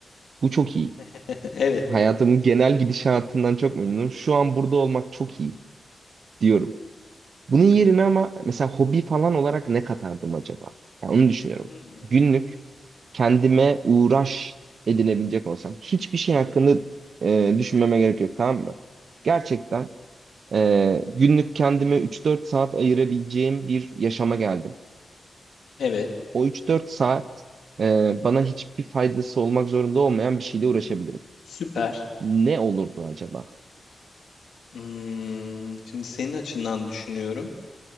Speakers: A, on the right; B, on the left.
A: Bu çok iyi.
B: <laughs> Evet.
A: Hayatımın genel gidişatından çok memnunum. Şu an burada olmak çok iyi diyorum. Bunun yerine ama mesela hobi falan olarak ne katardım acaba? Yani onu düşünüyorum.
B: Hı hı.
A: Günlük kendime uğraş edinebilecek olsam. Hiçbir şey hakkında e, düşünmeme gerek yok tamam mı? Gerçekten e, günlük kendime 3-4 saat ayırabileceğim bir yaşama geldim.
B: Evet.
A: O 3-4 saat e, bana hiçbir faydası olmak zorunda olmayan bir şeyle uğraşabilirim.
B: Süper.
A: Ne olurdu acaba?
B: Hmm, şimdi senin açından düşünüyorum.